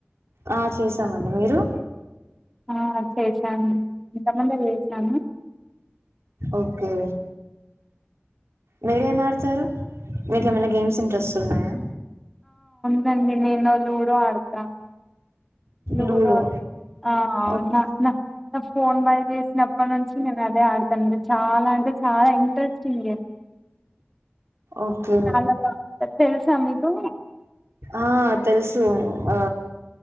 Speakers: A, on the right (about 75°); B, in the centre.
A: ఆ చేసామండి మీరు
B: ఆ చేసాను ఇంతముందే చేసాను
A: ఓకే మీరేం ఆడతారు మీకు ఏమైనా గేమ్స్ ఇంట్రెస్ట్ ఉన్నాయా
B: నండి నేను లూడో ఆడతా లుడో
A: లూడో
B: ఆ ఆ
A: ఓకే
B: నా నా ఫోన్ వై చేసినప్పటి నుంచి నేను అదే ఆడతానండి చాలా అంటే చాలా ఇం ఇంట్రెస్టింగ్ గేమ్
A: ఓకే
B: చాల బాగుంటది తెలుసా మీకు
A: ఆ తెలుసు ఆ